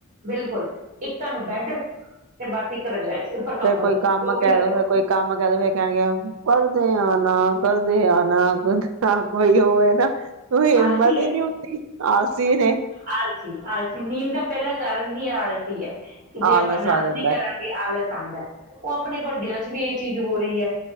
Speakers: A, on the right; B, on the right.
A: ਬਿਲਕੁਲ ਇੱਕ ਤਹਾਨੂੰ ਬੈਡ ਤੇ ਬਸ ਇਕ ਰਜਾਈ। ਉੱਪਰ ਕੰਬਲ
B: ਫੇਰ ਕੋਈ ਕੰਮ
A: ਜੋ
B: ਕਹਿ
A: ਵੀ ਲੈ
B: ਦੋ
A: ਲਓ
B: ਫੇਰ ਕੋਈ ਕੰਮ ਕਹਿ ਦੋ ਫੇਰ ਕੈਣਗੇ, ਕਰਦੇ ਆ ਨਾ ਕਰਦੇ ਆ ਨਾ। ਯੁਧ ਹਾਂ ਕੋਈ ਔ ਏ ਨਾ। ਕੋਈ ਹਿੰਮਤ
A: ਆਲਸੀ
B: ਹੀ
A: ਹੈ
B: ਨਹੀਂ ਹੁੰਦੀ ਅਸੀਂ ਨੇ।
A: ਆਲਸੀ ਆਲਸੀ ਨੀਂਦ ਦਾ ਪਹਿਲਾ ਕਾਰਨ ਹੀ ਆਲਸੀ ਐ। ਕਿ ਜੇ
B: ਆਲਸ
A: ਆਪਾਂ ਨਾ
B: ਆ
A: ਪੂਰੀ
B: ਜਾਂਦਾ
A: ਕਰਾਂਗੇ ਆਲਸ ਪਸੰਦ ਐ। ਔ ਆਪਣੇ ਵੱਡਿਆਂ ਚ ਵੀ ਏਹ ਚੀਜ਼ ਹੋ ਰੀ ਐ।